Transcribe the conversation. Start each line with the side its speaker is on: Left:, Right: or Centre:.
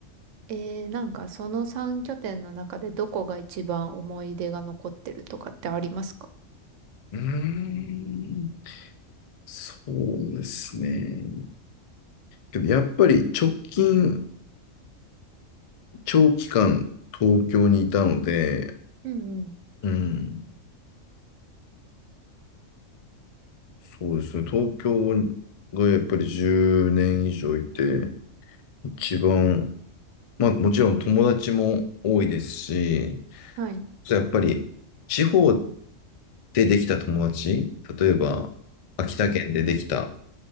Right: えー、なんかその3拠点の中でどこが一番思い出が残ってるとかってありますか
Left: うーん。そうですね。けど、やっぱり直近長期間東京にいたので、
Right: うんうん。
Left: うん、そうですね、東京がやっぱり10年以上いて、一番、まあもちろん友達も多いですし、
Right: はい。
Left: やっぱり地方でできた友達、例えば秋田県でできた、